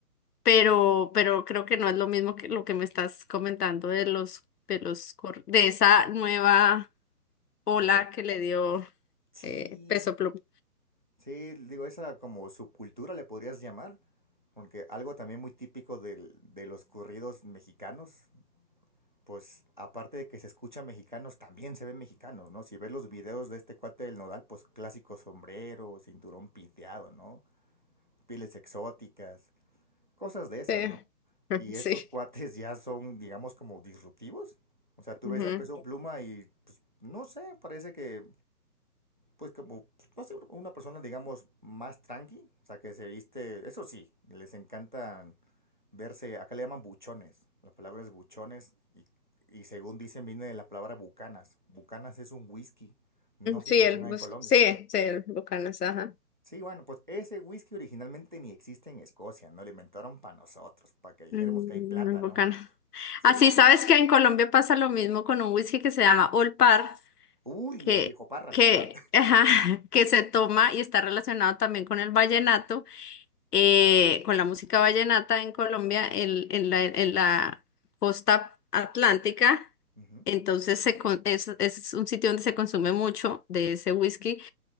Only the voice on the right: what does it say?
Como,
sí,
sí, digo, esa como subcultura le podrías llamar, porque algo también muy típico del- de los corridos mexicanos, pues aparte de que se escucha mexicanos, también se ven mexicanos, ¿no? Si ves los videos de este cuate del Nodal, pues clásico sombrero, cinturón piteado, ¿no? pieles exóticas, cosas de esas,
¿no?
Y estos
cuates ya son, digamos, como disruptivos. O sea, tú
ves a Peso Pluma y, pues, no sé, parece que, pues, como, pues, no sé, una persona, digamos, más tranqui. O sea, que se viste, eso sí, les encantan verse, acá le llaman buchones. La palabra es buchones y, y según dicen, viene de la palabra bucanas. Bucanas es un whisky. No sé
si lo
tengan
en Colombia.
Sí, bueno, pues ese whisky originalmente ni existe en Escocia, ¿no? Lo inventaron para nosotros, para que dijéramos
que hay plata,
¿no? Sí.
Uy,
el viejo Parras,
ajá.
Ujú.